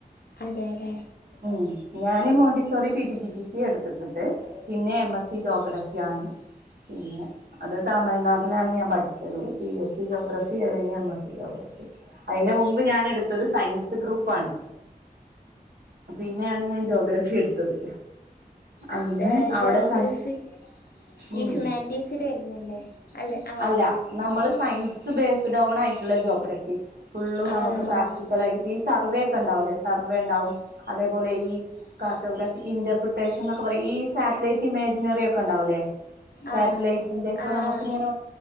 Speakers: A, on the left; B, on the right.
A: അതെല്ലേ
B: ഉം ഞാന്, Montessori P P T T C എടുത്തിട്ടിട്ട് പിന്നെ, എം എസ് സി ജോഗ്രഫി ആണ് പിന്നെ അത് തമിഴ്നാ ലാണ് ഞാൻ പഠിച്ചത് പി എസ് സി ജോഗ്രഫി കഴിഞ്ഞ് എം എസ് സി ജോഗ്രഫി അതിന്റെ മും മ്പ് ഞാനെടുത്തദ് സയൻസ് ഗ്രൂപ്പാണ്. പിന്നെയാണ് ഞാൻ ജോഗ്രഫി എടുത്തത്. അന്ന്
A: അതെ
B: അവിടെ
A: ജോഗ്രഫി
B: സ ഊം
A: ഈ ഹ്യൂമാനിറ്റീസിൽ വരുന്നല്ലേ അല്ലെ ആഹ്
B: അല്ല,
A: അല്ലെ
B: നമ്മള്
A: ആഹ്
B: സയൻസ് ബേസ്ഡ് ഓൺ ആയി ള്ള ജോഗ്രഫി ഫുുള്ളള് നമുക്ക്
A: ആഹ്
B: പ്രാക്ടിക്കലായിട്ട് ഈ സർവേ ഒക്കെണ്ടാവൂല്ലേ സർവേ ണ്ടാവും അതേപോലെ, ഈ കാർട്ടോഗ്രാഫി, ഇന്റർപ്രിറ്റേഷൻൊക്കെ പറയ് ഈ സാറ്റലൈറ്റ് ക്കിമേജിനറിയൊക്കെണ്ടാവുലെ സാറ്റ്ലൈറ്റിന്റെ
A: ആഹ്
B: പ്പൊ
A: ആഹ്
B: നമുക്കിങ്ങനെ